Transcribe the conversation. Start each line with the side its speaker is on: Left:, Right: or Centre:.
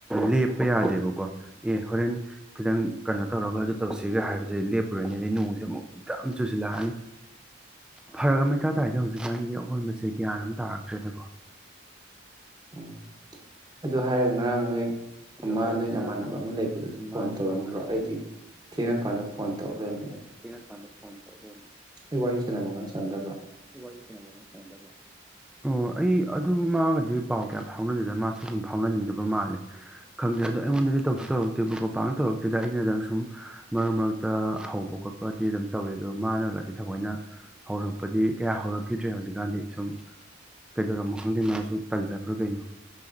Centre: ꯂꯦꯞꯄ ꯌꯥꯗꯦ ꯀꯣ ꯑꯦ ꯍꯣꯔꯦꯟ ꯈꯤꯇꯪ ꯀꯩꯅꯣ ꯇꯧꯔꯒ ꯑꯗꯨ ꯇꯧꯁꯤꯒ ꯍꯥꯏꯕꯁꯦ ꯂꯦꯞꯄꯨꯔꯅꯤ ꯑꯗꯩ ꯅꯣꯡꯁꯦ ꯑꯃꯨꯛ ꯌꯥꯝ ꯆꯨꯁꯤꯜꯂꯛꯑꯅꯤ ꯐꯔꯛ ꯑꯃꯇꯥ ꯇꯔꯗ ꯍꯧꯖꯤꯛꯀꯥꯟꯒꯤ ꯑꯑꯣꯟꯕꯁꯦ ꯒ꯭ꯌꯥꯟ ꯑꯃ ꯇꯥꯔꯛꯇ꯭ꯔꯦꯗꯀꯣ
Right: ꯎꯝ ꯑꯗꯨ ꯍꯥꯏꯔꯒ ꯉꯔꯥꯡ ꯅꯣꯏ
Centre: ꯑꯗꯨ
Right: ꯑꯃ
Centre: ꯍꯥꯏꯔꯒ
Right: ꯅꯣꯏꯅ
Centre: ꯉꯔꯥꯡ
Right: ꯑꯃꯃꯥꯟꯅꯕ
Centre: ꯅꯣꯏ
Right: ꯑꯃ ꯂꯩꯕꯗꯨꯣ ꯑꯗꯨ
Centre: ꯑꯃ
Right: ꯐꯣꯟ
Centre: ꯅꯣꯏ
Right: ꯇꯧꯔꯛꯑꯝꯕ꯭ꯔꯣ
Centre: ꯅꯃꯥꯟꯅꯕ
Right: ꯑꯩꯗꯤ ꯊꯦꯡꯉꯀꯥꯟꯗ ꯐꯣꯟ ꯇꯧꯔꯛ ꯂꯩꯔ
Centre: ꯀ ꯀꯥꯟꯗ ꯐꯣꯟ ꯇꯧ
Right: ꯑꯩ ꯋꯥꯔꯤ ꯁꯥꯟꯅꯕ ꯉꯥ ꯁꯥꯟꯅꯗꯕ꯭ꯔꯣ
Centre: ꯋꯥꯔꯤ ꯋꯥꯔꯤꯁꯤꯟꯅꯕꯉ ꯆꯗꯕ ꯑꯣ ꯑꯩ ꯑꯗꯨ ꯃꯥꯒꯗꯤ ꯄꯥꯎ ꯀꯌꯥꯝ ꯐꯥꯎꯅꯗꯦꯗ ꯃꯥꯁꯨ ꯑꯗꯨꯨꯝ ꯐꯥꯎꯅꯅꯤꯡꯗꯕ ꯃꯥꯜꯂꯦ
Right: ꯑ
Centre: ꯈꯪꯗꯦ ꯑꯗꯣ ꯑꯩꯉꯣꯟꯗꯗꯤ ꯇꯧꯁꯨ ꯇꯧꯔꯛꯇꯦꯕꯀꯣ ꯄꯥꯛ ꯇꯧꯔꯛꯇꯦꯗ ꯑꯩꯅꯗꯪ ꯁꯨꯝ ꯃꯔꯛ ꯃꯔꯛꯇ ꯍꯧꯕ ꯈꯣꯠꯄ ꯄꯗꯤ ꯑꯗꯨꯝ ꯇꯧꯏꯦ ꯑꯗꯨꯒ ꯃꯥꯅꯒꯗꯤ ꯊꯑꯣꯏꯅ ꯍꯧꯔꯛꯄꯗꯤ ꯀꯌꯥ ꯍꯧꯔꯛꯈꯤꯗ꯭ꯔꯦ ꯍꯧꯖꯤꯛꯀꯥꯟꯗꯤ ꯁꯨꯝ ꯀꯩꯗꯧꯔꯝꯃꯣ ꯈꯪꯗꯦ ꯃꯥꯁꯨ ꯇꯜꯂꯕ꯭ꯔꯥ ꯀꯩꯅꯣ